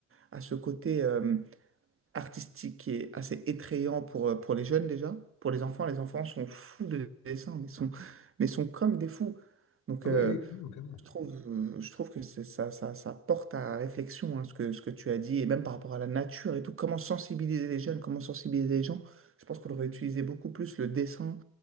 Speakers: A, on the right; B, on the left.
A: a ce côté... euh, artistique qui est assez étrayant pour, euh, pour les jeunes déjà. Pour les enfants, les enfants sont fous de dessin, mais sont, mais sont comme des fous. Donc,
B: Ah
A: euh,
B: oui, oui, clairement, clairement.
A: je trouve, euh, je trouve que c'est- ça, ça, ça porte à réflexion, hein, ce que, ce que tu as dit, et même par rapport à la nature et tout, comment sensibiliser les jeunes, comment sensibiliser les gens. Je pense qu'on devrait utiliser beaucoup plus le dessin